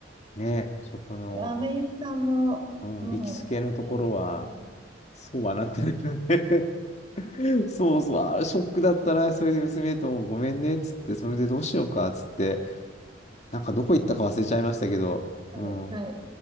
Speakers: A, on the left (about 35°); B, on the right (about 25°).
A: ね、食の、
B: ラーメン屋さんも、
A: うん、
B: もう、
A: 行きつけのところは、
B: ね、うん
A: そうはなってないよね <laughs> そうそう、あー、ショックだったな、それで娘ともごめんね、っつって、それでどうしようか、っつって、なんかどこ行ったか忘れちゃいましたけど、
B: はい、
A: うん、
B: はい。